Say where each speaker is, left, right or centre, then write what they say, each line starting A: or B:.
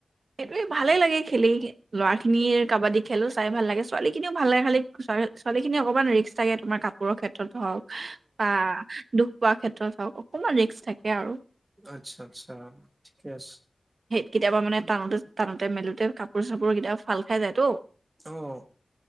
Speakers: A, on the right (about 70°); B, on the right (about 25°).
A: এই ভালেই লাগে খেলি ল'ৰা খিনিৰ কাবাডী খেলো চাই ভাল লাগে ছোৱালী খিনিও ভাল লাগে খালী ছোৱালী খিনি অকণমান ৰিক্ক থাকে তোমাৰ কাপোৰৰ ক্ষেত্ৰত হওক অ দু কোৱা ক্ষেত্ৰত চাওক অকণমান ৰিক্ক থাকে আৰু
B: আচ্ছা আচ্ছা ঠিকে আছে
A: কেতিয়াবা মানে টানোতে টানোতে মেলোতে কাপোৰ চাপোৰ কেতিয়াবা ফাল খাই যায় তো
B: আহ